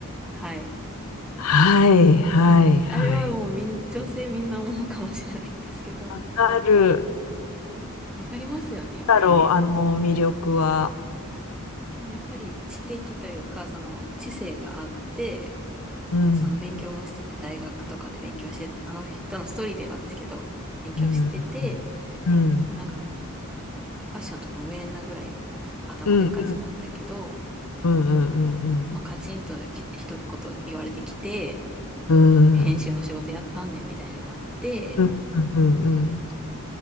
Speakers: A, in the centre; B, on the left.
A: はい。
B: はい、はい、はい。
A: あれはもうみん、女性みんな思うかもしれないんですけど、
B: わかる。
A: わかりますよね、やっぱ。
B: だろう、あの魅力は。
A: やっぱり知的というか、その知性があって、
B: うん、
A: その勉強もしてて、大学とかで勉強して、あの人のストーリーではですけど、勉強してて、
B: うん、うん、うん、
A: なんかファッションとか無縁なぐらい頭でっかちだったけど、
B: うん、うん、うん、うん、うん、うん、
A: まあ、カチンとき一言言われてきて、
B: うん、
A: 編集の仕事やったんねんみたいになって、
B: うん、うん、